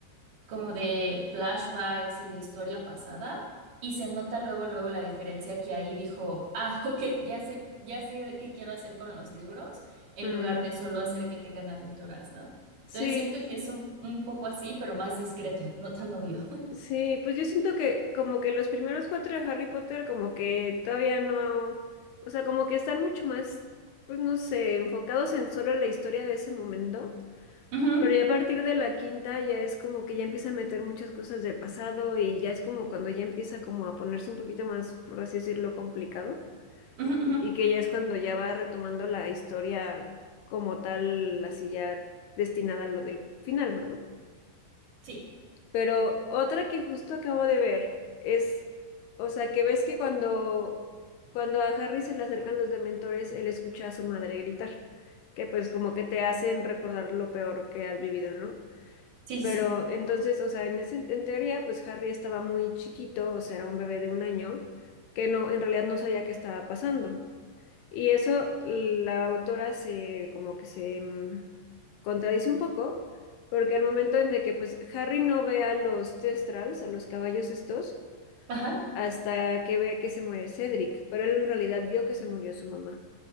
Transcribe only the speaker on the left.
Mm,
Sí.
Sí, pues yo siento que como que los primeros cuatro de Harry Potter como que todavía no, o sea, como que están mucho más, pues no sé, enfocados en solo la historia de ese momento,
pero ya a partir de la quinta ya es como que ya empieza a meter muchas cosas del pasado y ya es como cuando ya empieza como a ponerse un poquito más, por así decirlo, complicado
y que ya es cuando ya va retomando la historia como tal, así ya destinada a lo del final, ¿verdad?
Pero otra que justo acabo de ver es, o sea, que ves que cuando, cuando a Harry se le acercan los dementores, él escucha a su madre gritar, que pues como que te hacen recordar lo peor que has vivido, ¿no?
Pero
entonces, o sea, en ese, en teoría, pues Harry estaba muy chiquito, o sea, era un bebé de un año, que no, en realidad no sabía qué estaba pasando. Y eso la autora se como que se mm, contradice un poco, porque al momento en de que pues Harry no ve a los Testrals, a los caballos estos,
hasta que ve que se muere Cedric, pero él en realidad vio que se murió su mamá.